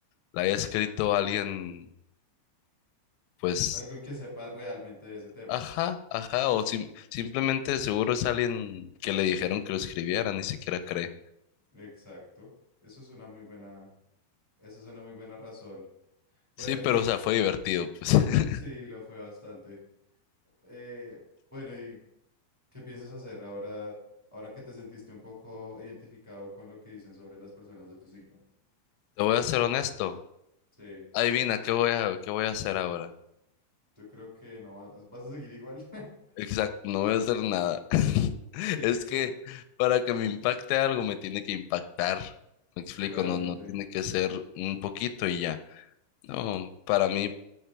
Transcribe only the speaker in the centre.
Alguien que sepa realmente de ese tema.
Exacto. Eso es una muy buena, eso es una muy buena razón. Bueno,
en
fin,
sí, lo fue bastante. Eh, bueno, ¿y qué piensas hacer ahora, ahora que te sentiste un poco identificado con lo que dicen sobre las personas de tu signo?
Sí,
yo creo que no vas vas a seguir igual. <laughs>
Sí, es
que
no.
Realmente,